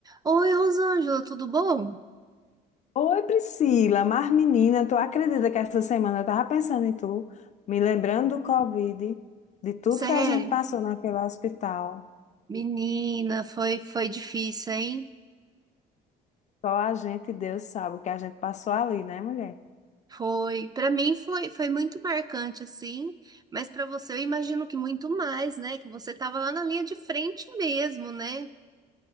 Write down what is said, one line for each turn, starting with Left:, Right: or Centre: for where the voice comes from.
Right: Oi, Rosângela, tudo bom?
Left: Oi, Priscila, mas menina, tu acredita que essa semana eu tava pensando em tu, me lembrando do Covid, de tudo
Right: Sério?
Left: que a gente passou naquele hospital.
Right: Menina, foi foi difícil, hein?
Left: Só a gente e Deus sabe o que a gente passou ali, né, mulher?
Right: Foi, para mim foi foi muito marcante assim, mas para você eu imagino que muito mais, né? Que você tava lá na linha de frente mesmo, né?